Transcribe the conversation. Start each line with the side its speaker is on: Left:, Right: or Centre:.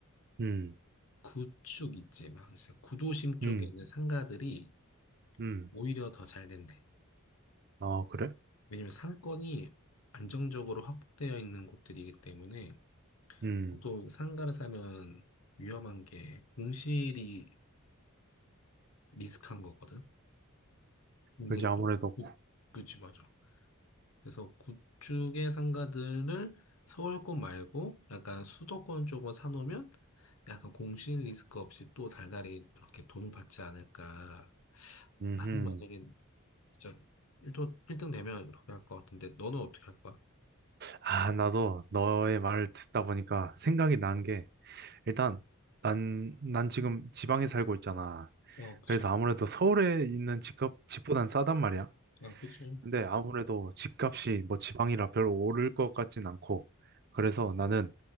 Right: 음,
Left: 구축 있지. 막 그래서 구도심 쪽에
Right: 음,
Left: 있는 상가들이
Right: 음.
Left: 오히려 더 잘 된대.
Right: 아, 그래?
Left: 왜냐면 상권이 안정적으로 확보되어 있는 곳들이기 때문에
Right: 음,
Left: 보통 상가를 사면 위험한 게 공실이 리스크한 거거든. 근데
Right: 그지
Left: 그렇게
Right: 아무래도.
Left: 구,
Right: 고-
Left: 그치 맞아. 그래서 구축의 상가들을 서울권 말고 약간 수도권 쪽으로 사놓으면 약간 공실 리스크 없이 또 달달이 이렇게 돈을 받지 않을까.
Right: 음
Left: 나는 만약에 진짜 1등, 일등 되면 그렇게 할 것 같은데 너는 어떻게 할 거야?
Right: 아, 나도 너의 말을 듣다 보니까 생각이 난 게, 일단, 난, 난 지금 지방에 살고 있잖아.
Left: 어, 그지?
Right: 그래서 아무래도 서울에 있는 집값, 집보단 싸단 말이야.
Left: 아, 그지?
Right: 근데 아무래도 집값이 뭐 지방이라 별로 오를 것 같진 않고, 그래서 나는